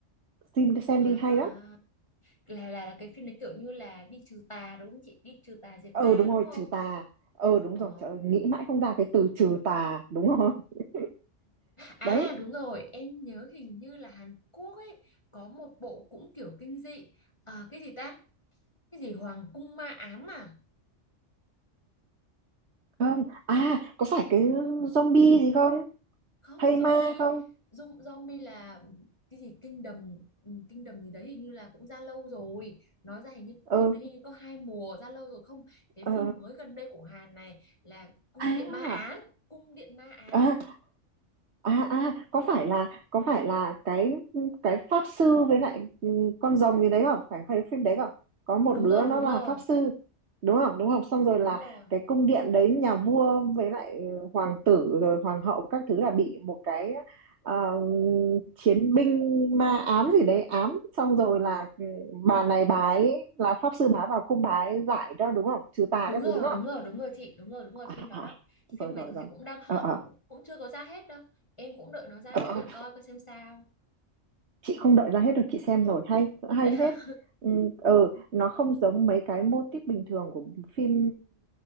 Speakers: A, on the right; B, on the left.
A: xem, xem
B: À,
A: đi hay lắm
B: là, là, là cái phim đấy kiểu như là đi trừ tà đúng không chị? Đi trừ tà diệt
A: ờ
B: ma
A: đúng
B: đúng
A: rồi trừ
B: không?
A: tà ờ đúng
B: Ờ.
A: rồi trời ơi, nghĩ mãi không ra cái từ trừ tà đúng rồi <laughs>
B: À
A: đấy
B: đúng rồi, em nhớ hình như là Hàn Quốc ấy có một bộ cũng kiểu kinh dị. À, cái gì ta? Cái gì Hoàng cung ma ám à?
A: không à có phải cái zombie gì không
B: Không,
A: thây
B: zombie.
A: ma không
B: Zom- Zombie là cái gì kinh đầm kinh đầm gì đấy hình như là cũng ra lâu rồi. Nó ra hình như
A: ờ
B: phim đấy hình như có hai mùa ra lâu rồi không? Cái
A: ờ
B: phim mới gần đây của Hàn này là Cung
A: à,
B: điện ma ám, Cung điện ma ám.
A: à à à có phải là có phải là cái cái pháp sư với lại ừ, con rồng gì đấy không phải phải phim đấy không có một
B: Đúng
A: đứa
B: rồi,
A: nó
B: đúng
A: là
B: rồi,
A: pháp sư đúng không đúng không xong rồi
B: đúng
A: là
B: rồi.
A: cái cung điện đấy nhà vua với lại hoàng tử rồi hoàng hậu các thứ là bị một cái ờ, chiến binh ma ám gì đấy ám xong rồi là ừ, bà này bà ấy là pháp sư bà vào cung bà ấy giải cho đúng không trừ tà
B: đúng
A: các
B: rồi
A: thứ đúng không
B: đúng rồi đúng rồi chị đúng rồi đúng rồi
A: à,
B: phim đó đó
A: à.
B: phim
A: rồi
B: này
A: rồi rồi
B: thì cũng đang hot
A: ờ
B: cũng cũng chưa có ra hết đâu em cũng đợi nó ra
A: ờ
B: hết rồi coi coi xem sao
A: chị không đợi ra hết được chị xem rồi hay hay
B: đấy
A: lắm
B: hả
A: hết ừ, ờ, nó không giống mấy cái mô típ bình thường của phim